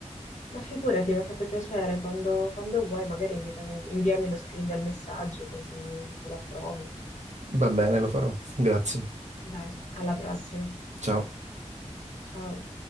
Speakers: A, on the left (about 80°); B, on the right (about 70°).
A: ma figurati, mi ha fatto piacere, quando, quando vuoi magari invitami, inviami lo screen del messaggio così lo approvo.
B: Va bene, lo farò. Grazie.
A: Dai, alla prossima.
B: Ciao.
A: Ciao.